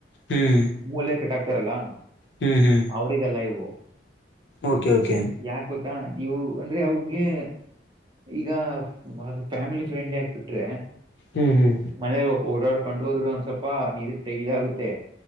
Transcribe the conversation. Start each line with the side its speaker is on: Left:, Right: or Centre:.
Left: ಹ್ಮ್
Right: ಮೂಲೆ ಕಟ್ಟಕ್ತಾರಲ್ಲಾ
Left: ಹ್ಮ್ ಹ್ಮ್
Right: ಅವ್ರಿಗೆಲ್ಲಾ ಇವು
Left: ಓಕೆ ಓಕೆ
Right: ಯಾಕ ಗೊತ್ತಾ ನೀವು ಅಂದ್ರೆ ಹಾಗೆ ಈಗ ಅ ಫ್ಯಾಮಿಲಿ ಫ್ರೆಂಡ್ಲಿ ಆಗ್ಬಿಟ್ರೆ
Left: ಹ್ಮ್ ಹ್ಮ್
Right: ಮನೆ ಓಡಾಡ್ಕೊಂಡು ಹೋದ್ರು ಒಂದ್ ಸ್ವಲ್ಪ ಇದ ಇದಾಗುತ್ತೆ